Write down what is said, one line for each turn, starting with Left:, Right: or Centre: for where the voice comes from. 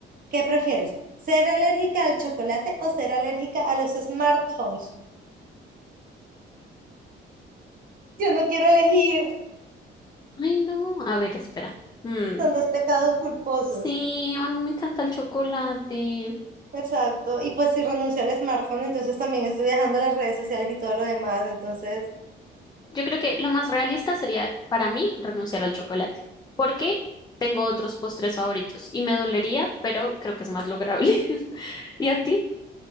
Right: ¿qué prefieres? ¿Ser alérgica al chocolate o ser alérgica a los smartphones? Yo no quiero elegir,
Left: Ay, no. A ver, espera. Mm,
Right: son dos pecados culposos.
Left: Sí, a mí me encanta el chocolate.
Right: Exacto. Y pues si renuncio al smartphone, entonces también estoy dejando las redes sociales y todo lo demás. Entonces,
Left: Yo creo que lo más realista sería para mí renunciar al chocolate, porque tengo otros postres favoritos y me dolería, pero creo que es más lograble. <laughs> ¿Y a ti?